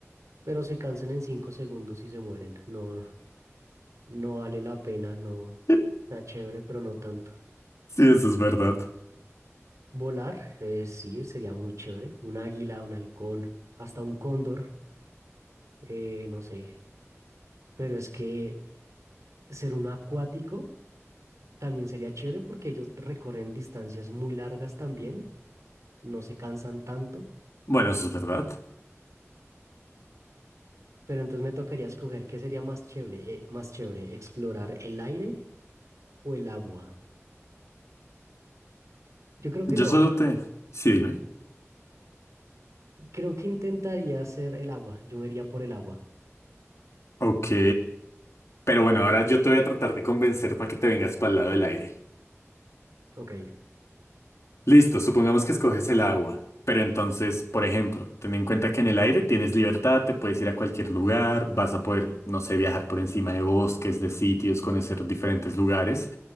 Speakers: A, on the right; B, on the left.
A: pero se cansan en cinco segundos y se mueren. No, no vale la pena, no.
B: <laughs>
A: Está chévere, pero no tanto.
B: Sí, eso es verdad.
A: Volar, eh, sí, sería muy chévere. Un águila, un halcón, hasta un cóndor, eh, no sé. Pero es que ser un acuático también sería chévere porque ellos recorren distancias muy largas también, no se cansan tanto.
B: Bueno, eso es verdad.
A: Pero entonces me tocaría escoger qué sería más chévere, eh, más chévere, explorar el aire o el agua. Yo creo que
B: Yo
A: no,
B: solo te... Sí, dime.
A: creo que intentaría hacer el agua. Yo me iría por el agua.
B: Ok. Pero bueno, ahora yo te voy a tratar de convencer para que te vengas para el lado del aire.
A: Ok.
B: Listo, supongamos que escoges el agua, pero entonces, por ejemplo, ten en cuenta que en el aire tienes libertad, te puedes ir a cualquier lugar, vas a poder, no sé, viajar por encima de bosques, de sitios, conocer diferentes lugares,